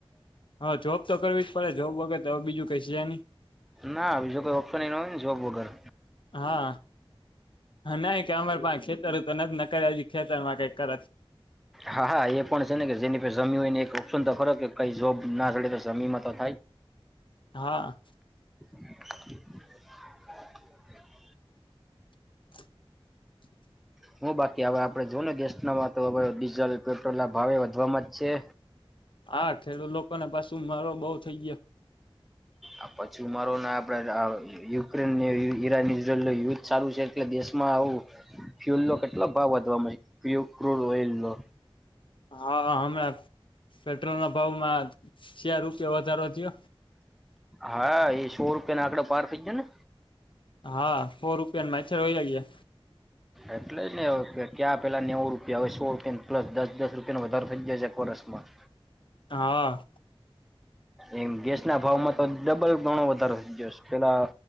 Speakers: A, on the left (about 60°); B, in the centre.
A: હા જોબ તો કરવી જ પડે જોબ વગર તો હવે બીજું કઈ શ જાય નહી.
B: ના બીજો કોઈ ઓપ્શનનું જો જૉબ વગર.
A: હા. હા ના કે અમારે પા ખેતર તો નથી ન કરે હજ ખેતરમાં કઈક કરત.
B: હા હા એ પણ છે ને કે જેની જમી હોય ને એક ઓપ્શન તો ખરો કે કઈ જોબ ના થડે તો જમી માં તો થાય.
A: હા.
B: <inaudible>
A: <inaudible>
B: હું બાકી હવે આપડે જોઉ ને ગેસ ના તો હ ડીઝલ પેટ્રોલ ના ભાવે વધવામાં જ છે.
A: હા ખેડૂત લોકોને પાછું મારો બહ થઈ ગયો.
B: આ પછી ઉ મારોને આપડે યુક્રેન ને ઈરાન ઈઝરાયલ ન યુદ્ધ સારું છે એટલે દેશમાં. આવ ફ્યુલ નો કેટલો ભાવ વધવાવામાંુ ક્રુડ ઓઈલ નો.
A: હા હણા. પેટ્રોલના ભાવમાં સાર રૂપિયા વધારો થયો.
B: હા એ સો રૂપિયા ના આંકડાે પાર થઇ જાય ને.
A: હા ફો રૂપિયા માચ્છર હો ગયા.
B: એટલે જ ને ક્યાં પેલા નેવું રૂપિયા હવે સો રૂપિયા પલસ દસ દસ રૂપિયાો વધારારે થઈ જશે. ફરેેશમાં.
A: હા.
B: એમ ગેસ ના ભાવમાં તો ડબલ ગણો વધારો. પેલા